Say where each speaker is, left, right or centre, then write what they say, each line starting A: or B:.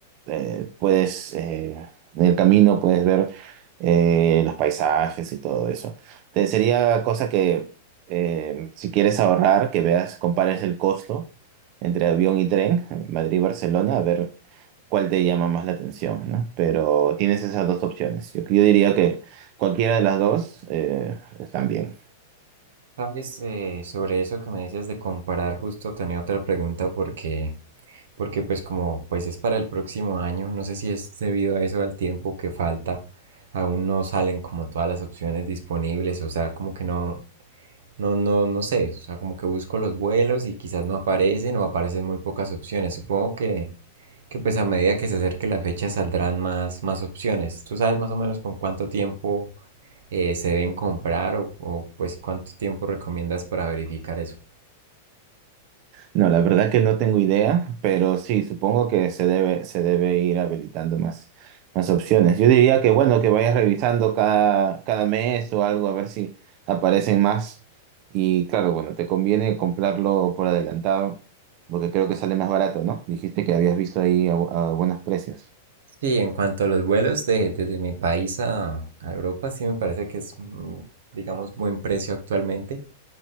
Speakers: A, on the right; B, on the right.
A: eh, puedes, eh, en el camino puedes ver eh, los paisajes y todo eso. Te sería cosa que eh, si quieres ahorrar, que veas, compares el costo entre avión y tren, Madrid-Barcelona, a ver cuál te llama más la atención, ¿no? Pero tienes esas dos opciones. Yo, yo diría que cualquiera de las dos eh, están bien.
B: Sabes, eh, sobre eso que me dices de comparar, justo tenía otra pregunta porque, porque pues como pues es para el próximo año, no sé si es debido a eso al tiempo que falta, aún no salen como todas las opciones disponibles, o sea, como que no, No, no, no sé, o sea, como que busco los vuelos y quizás no aparecen o aparecen muy pocas opciones. Supongo que, que pues a medida que se acerque la fecha saldrán más, más opciones. ¿Tú sabes más o menos con cuánto tiempo eh, se deben comprar o, o, pues cuánto tiempo recomiendas para verificar eso?
A: No, la verdad que no tengo idea, pero sí, supongo que se debe, se debe ir habilitando más, más opciones. Yo diría que bueno, que vayas revisando cada, cada mes o algo a ver si aparecen más. Y claro, bueno, te conviene comprarlo por adelantado, porque creo que sale más barato, ¿no? Dijiste que habías visto ahí a, bu- a buenos precios.
B: Sí, en cuanto a los vuelos de, desde mi país a, a Europa, sí me parece que es, mm, digamos, buen precio actualmente